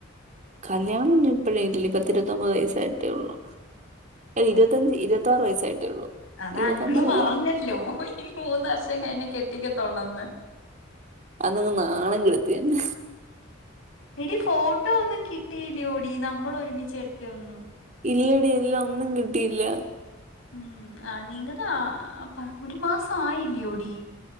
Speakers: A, on the right; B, on the left.
A: കല്യാണം ഇനി ഇപ്പോയൊന്നും പത്തിരുപത്തൊമ്പത് വയസ്സായിട്ടേ ഉള്ളൂ ഇരുപത്തഞ്ച് ഇരുപത്താറ് വയസായിട്ടേ ഉള്ളൂ
B: അതാ
A: ഇരുപത്തൊമ്പതല്ലേ
B: അംഗിള് പറഞ്ഞല്ലോ ഇനി മൂന്ന് വർഷം കഴിഞ്ഞ കെട്ടിക്കത്തോള്ളന്ന്
A: അന്നങ് നാണം കിടുത്തന്നെ
B: എടി ഫോട്ടോ ഒന്നും കിട്ടിയില്ല്യോടി നമ്മള് ഒരുമിച്ച എടുത്ത ഒന്നും?
A: ഇല്ലടി ഇല്ല ഒന്നും കിട്ടിയില്ല.
B: ഉം ആ നിങ്ങടേ ആ പ ഒരു മാസം ആയില്ല്യോടി